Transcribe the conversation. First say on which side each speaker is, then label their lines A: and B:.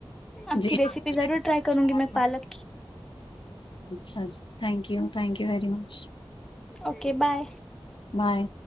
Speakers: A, on the left; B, in the centre.
A: جی
B: آپ کی
A: ہاں
B: ریسیپی
A: مجھے
B: ضرور
A: بہت
B: ٹرائی
A: اچھا
B: کروں گی
A: لگا
B: میں پالک کی
A: اچھا جی thank you thank you very much
B: okay bye
A: bye